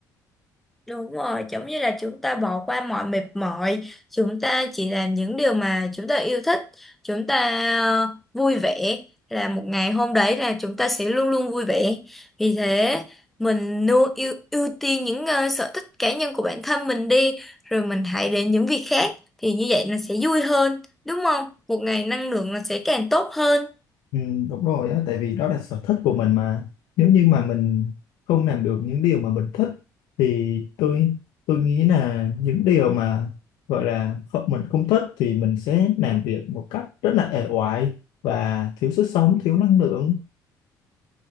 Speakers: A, in the centre; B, on the left.
A: Đúng rồi, giống như là chúng ta bỏ qua mọi mệt mỏi, chúng ta chỉ làm những điều mà chúng ta yêu thích, chúng ta ờ, vui vẻ là một ngày hôm đấy là chúng ta sẽ luôn luôn vui vẻ. Vì thế, mình luôn ưu ưu tiên những ờ, sở thích cá nhân của bản thân mình đi, rồi mình hãy đến những việc khác thì như vậy nó sẽ vui hơn, đúng không? Một ngày năng lượng nó sẽ càng tốt hơn.
B: Ừ, đúng rồi á, tại vì đó là sở thích của mình mà nếu như mà mình không làm được những điều mà mình thích thì tôi tôi nghĩ là những điều mà gọi là không, mình không thích thì mình sẽ làm việc một cách rất là ẻ oải và thiếu sức sống, thiếu năng lượng.